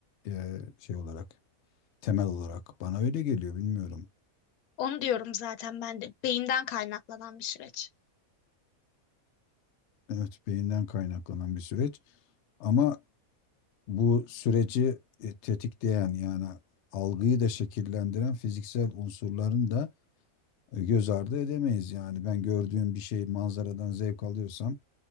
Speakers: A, on the left; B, on the left.
A: e, şey olarak temel olarak. Bana öyle geliyor bilmiyorum.
B: Onu diyorum zaten ben de. Beyinden kaynaklanan bir süreç.
A: Evet beyinden kaynaklanan bir süreç. Ama bu süreci e, tetikleyen yani algıyı da şekillendiren fiziksel unsurların da e, göz ardı edemeyiz. Yani ben gördüğüm bir şey manzaradan zevk alıyorsam